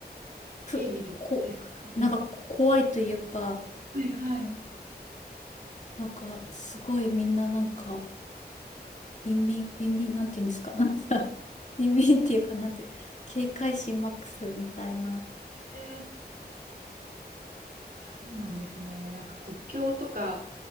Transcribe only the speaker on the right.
警備とかですかはい。
はいはい。
ええそうなんですね。なんか国境とか